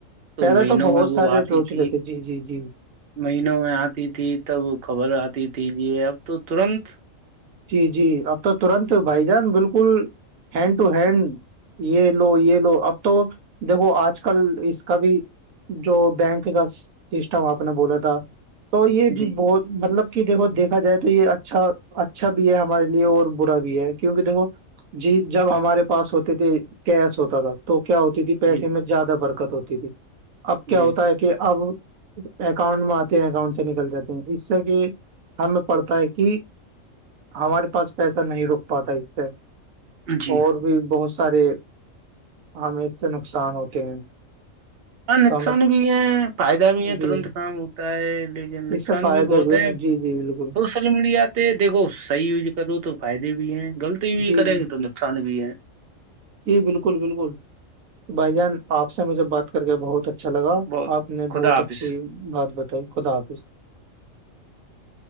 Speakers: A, on the right; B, on the right.
A: تو
B: پہلے
A: مہینوں
B: بہت
A: میں
B: سارے
A: وہ آتی
B: سوچ
A: تھی
B: لیتے جی جی جی
A: مہینوں میں آتی تھی تب خبر آتی تھی یہ اب تو ترنت
B: جی جی اب تو ترنت بھائی جان بالکل ہینڈ ٹو ہینڈ یہ لو یہ لو اب تو دیکھو آج کل اس کا بھی جو بینک کا سسٹم آپ نے بولا تھا تو یہ بھی
A: جی
B: بہت مطلب کہ دیکھو دیکھا جائے تو یہ اچھا اچھا بھی ہے ہمارے لیے اور برا بھی ہے کیونکہ دیکھو جی جب ہمارے پاس ہوتے تھے کیش ہوتا تھا تو کیا ہوتی تھی پیسے
A: جی
B: میں زیادہ برکت ہوتی تھی اب کیا
A: جی
B: ہوتا ہے کہ اب اکاؤنٹ میں آتے ہیں اکاؤنٹ سے نکل جاتے ہیں اس سے کہ ہمیں پڑتا ہے کہ ہمارے پاس پیسہ نہیں رک پاتا اس سے
A: جی
B: اور بھی بہت سارے ہم اس سے نقصان ہوتے ہیں
A: ہاں نقصان
B: تو ہمیں
A: بھی ہے فائدہ بھی ہے
B: جی
A: ترنت کام ہوتا ہے لیکن نقصان
B: اس سے فائدے
A: بھی بہت
B: ہیں۔
A: ہے
B: جی جی بالکل
A: سوشل میڈیا آ پ دھو صحیح یوز کرو تو فائدے بھی ہیں غلط یوز
B: جی
A: کریں
B: جی
A: گے تو نقصان بھی ہے
B: جی بالکل بالکل بھائی جان آپ سے مجھے بات کر کے بہت اچھا لگا
A: بہت
B: آپ نے
A: خدا
B: بہت
A: حافظ
B: اچھی بات بتائی خدا حافظ